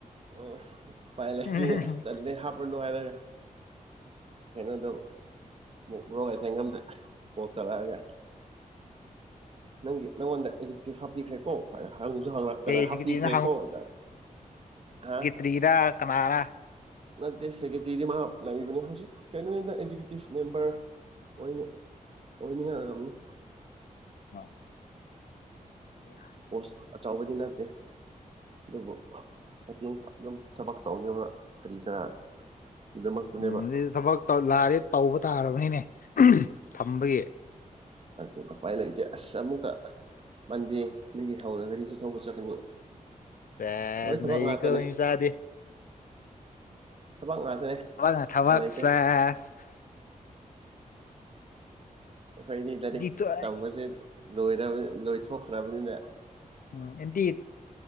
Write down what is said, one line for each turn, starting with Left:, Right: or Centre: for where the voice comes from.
Right: ꯎꯝ ꯎꯄꯥꯏ ꯂꯩꯇꯦꯅꯦ
Left: ꯎꯝ
Right: ꯑꯁ ꯇꯟꯂꯦ ꯍꯥꯞꯄꯅꯨ ꯍꯥꯏꯔꯒ ꯀꯩꯅꯣꯗ ꯕ꯭ꯔꯣꯒ ꯊꯉꯝꯗ ꯀꯣꯜ ꯇꯧꯔꯛꯑꯒ ꯅꯪꯒꯤ ꯅꯉꯣꯟꯗ ꯑꯦꯖꯨꯀꯦꯨꯇꯤꯚ ꯍꯥꯞꯄꯤꯈ꯭ꯔꯦꯀꯣ ꯍꯪꯁꯨ ꯍꯪꯂꯛꯑꯦ
Left: ꯀꯩ
Right: ꯍꯥ
Left: ꯁꯦꯀ꯭ꯔꯦꯇꯔꯤꯅ
Right: ꯄꯤꯈ꯭ꯔꯦꯀꯣ ꯍꯥꯏꯗꯅ ꯍꯥ
Left: ꯀꯔꯤꯔꯥ ꯀꯅꯔꯥ
Right: ꯅꯠꯇꯦ ꯁꯦꯀꯦꯇꯔꯤꯗꯤ ꯃꯥ ꯂꯩꯕꯅꯤ ꯍꯧꯖꯤꯛ ꯀꯩꯅꯣꯗ ꯑꯦꯛꯖꯤꯀꯌꯨꯇꯤꯞ ꯃꯦꯝꯕꯔ ꯑꯣꯏ ꯑꯣꯏꯅꯤꯡꯉꯥꯏ ꯑꯣꯏꯔꯝꯅꯤ
Left: ꯍ ꯍ
Right: ꯄꯣꯁ ꯑꯆꯧꯕꯗꯤ ꯅꯠꯇꯦ ꯑꯗꯨꯕꯨ ꯃꯇꯦꯡ ꯑꯗꯨꯝ ꯊꯕꯛ ꯇꯧꯅꯕ ꯀꯔꯤ ꯀꯔꯥ ꯒꯤꯗꯃꯛꯇꯅꯦꯕ
Left: ꯎꯝ ꯑꯗꯨꯗꯤ ꯊꯕꯛ ꯂꯥꯏꯔꯦ ꯇꯧꯕ ꯇꯥꯔꯕꯅꯤꯅꯦ ꯊꯝꯕꯒꯤ
Right: ꯑꯗꯨꯅꯦ ꯎꯄꯥꯏ ꯂꯩꯇꯦ ꯑꯁ ꯑꯃꯨꯒ ꯃꯟꯗꯦ ꯗꯒꯤ ꯍꯧꯔꯒꯗꯤꯁꯨ ꯊꯧꯕ ꯆꯠꯀꯅꯤ
Left: ꯁꯦꯁ
Right: ꯂꯣꯏ ꯊꯕꯛ
Left: ꯅꯩꯀꯣ
Right: ꯉꯥꯛꯇꯅꯦ
Left: ꯃꯤ ꯃꯆꯥꯗꯤ
Right: ꯊꯕꯛ ꯉꯥꯛꯇꯅꯦ
Left: ꯊꯕꯛꯅ ꯊꯕꯛ
Right: ꯎꯄꯥꯏ ꯂꯩꯇꯦ
Left: ꯁꯦꯁ
Right: ꯑꯩꯈꯣꯏꯗꯤ ꯂꯥꯏꯔꯤꯛ
Left: ꯗꯤꯇꯣ ꯑꯩ
Right: ꯇꯝꯕꯁꯦ ꯂꯣꯏꯔ ꯂꯣꯏꯊꯣꯛꯈ꯭ꯔꯕꯅꯤꯅꯦ
Left: ꯎꯝ ꯑꯦꯟꯇꯤ